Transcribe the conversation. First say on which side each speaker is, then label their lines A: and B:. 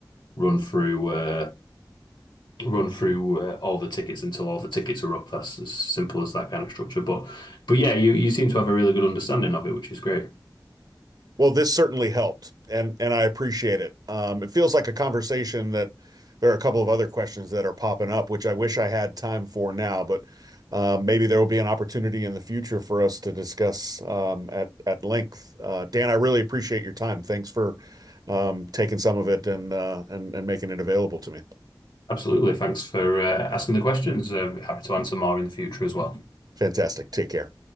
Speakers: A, on the left; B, on the right.
A: run through uh, run through uh, all the tickets until all the tickets are up. That's as simple as that kind of structure. But but yeah, you you seem to have a really good understanding of it, which is great.
B: Well, this certainly helped, and and I appreciate it. Um, it feels like a conversation that there are a couple of other questions that are popping up, which I wish I had time for now, but uh, maybe there will be an opportunity in the future for us to discuss um, at at length. Uh, Dan, I really appreciate your time. Thanks for um, taking some of it and uh, and and making it available to me.
A: Absolutely. Thanks for uh, asking the questions. Uh, happy to answer more in the future as well.
B: Fantastic. Take care.